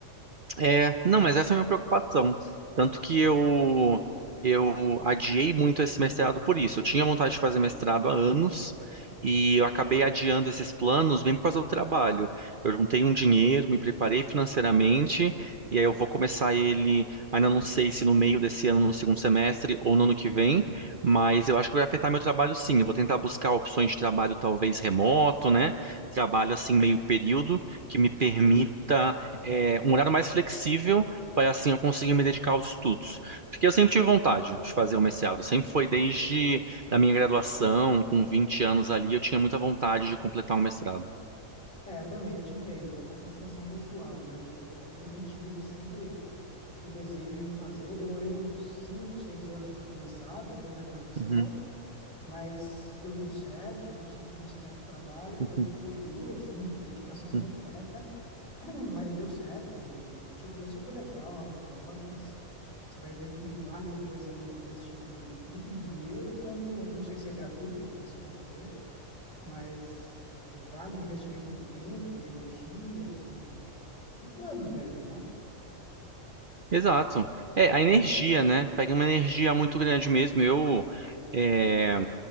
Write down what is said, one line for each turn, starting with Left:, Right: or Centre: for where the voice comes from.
Right: É, não, mas essa é a minha preocupação. Tanto que eu eu adiei muito esse mestrado por isso. Eu tinha vontade de fazer mestrado há anos e eu acabei adiando esses planos bem por causa do trabalho. Eu juntei um dinheiro, me preparei financeiramente e aí eu vou começar ele, ainda não sei se no meio desse ano, no segundo semestre ou no ano que vem, mas eu acho que vai afetar meu trabalho sim. Eu vou tentar buscar opções de trabalho talvez remoto, né? Trabalho assim meio período que me permita é, um horário mais flexível para assim eu conseguir me dedicar aos estudos. Porque eu sempre tive vontade de fazer o mestrado, sempre foi desde a minha graduação, com 20 anos ali, eu tinha muita vontade de completar um mestrado.
Left: É, eu também, eu te entendo, é uma satisfação pessoal, né? Eu, eu também tive sempre o desejo de fazer, demorei uns 5, 6 anos para começar, depois da graduação,
Right: Uhum,
Left: mas deu tudo certo, eu consegui conciliar com o trabalho,
Right: <laughs>
Left: foi,
Right: uhum,
Left: foi duro, assim, dedicação
Right: uhum.
Left: completa, <clears throat> mas deu certo, e o título é super legal, abre portas, você vai ver que vale os dois anos investidos ali, tanto em dinheiro quanto, não sei se é gratuito o que você vai fazer, mas é, vale o investimento de tempo, de energia, de, de planos mesmo, né?
Right: Exato. É, a energia, né? Pega uma energia muito grande mesmo. Eu é,